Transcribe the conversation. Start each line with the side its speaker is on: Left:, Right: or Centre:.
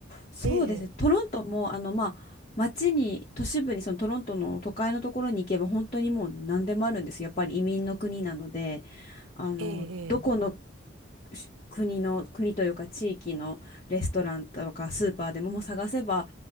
Left: そうですね。
Right: ええ、
Left: トロントも、あの、まあ、街に、都市部に、そのトロントの都会のところに行けば、本当にもう何でもあるんですよ。やっぱり移民の国なので。あの、
Right: ええ、
Left: どこのし国の、国というか地域のレストランとかスーパーでももう探せば